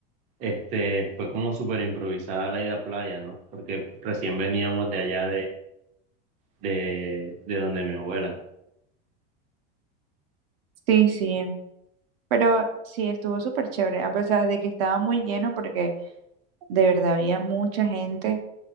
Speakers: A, on the right; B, on the right.
A: este fue como súper improvisada la ida a playa, ¿no? Porque recién veníamos de allá de, de donde mi abuela.
B: Sí, sí, pero sí, estuvo súper chévere, a pesar de que estaba muy lleno porque de verdad había mucha gente